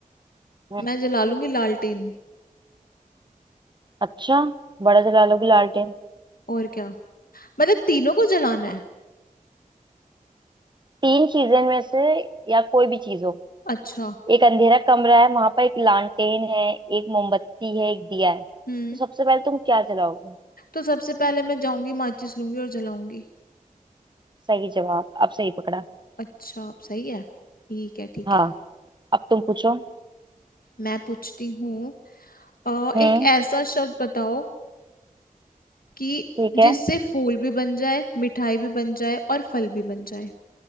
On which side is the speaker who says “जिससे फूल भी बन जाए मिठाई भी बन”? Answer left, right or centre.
Left